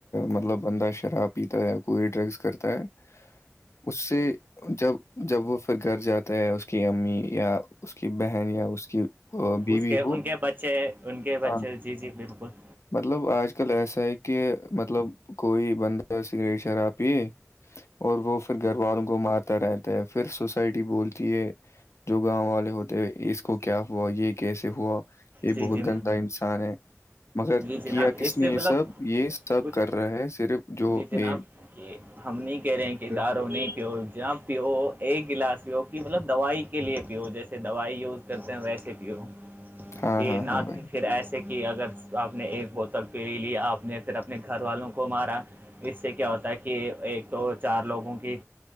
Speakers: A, on the left; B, on the right.
A: مطلب بندہ شراب پیتا ہے یا کوئی ڈرگس کرتا ہے <unintelligible> اس سے جب <unintelligible> جب وہ پھر گھر جاتا ہے اس کی امی یا اس کی بہن یا اس کی آ، بیوی
B: اس کے
A: ہو
B: ان کے بچے ان کے
A: آ،
B: بچے جی جی بالکل <unintelligible>
A: مطلب آج کل ایسا ہے کہ مطلب کوئی بندہ سگریٹ شارب پیے اور وہ پھر گھر والوں کو مارتا رہتا ہے پھر سس سوٹی بولتی ہے جو گاؤں والے ہوتے اس کو کیا ہوا یہ کیسے ہوا <unintelligible> یہ
B: جی
A: بہت
B: جی
A: گندھا انسان ہے <unintelligible> مگر
B: جی جناب
A: کیا کس
B: اس
A: نے
B: سے مطلب
A: یہ سب یہ سب
B: کچھ
A: کر رہا ہے صرف جو
B: جی جناب
A: یہ <unintelligible>
B: کہ ہم نہیں کہہ رہے ہیں کہ لارو نہیں پی جہاں <unintelligible> پیو ایک گلاس پیو کہ مطلب دوائی کے لیے پیو جیسے دوائی یوز کرتے ہیں ویسے پیو <unintelligible>
A: ہاں
B: کہ
A: ہاں
B: نہ
A: ہاں بھائی
B: کہ پھر ایسے کہ اگر تو آپ نے ایک بوتل پیری لی آپ نے پھر اپنے گھر والوں کو مارا <unintelligible> اس سے کیا ہوتا ہے کہ ایک تو چار لوگوں کی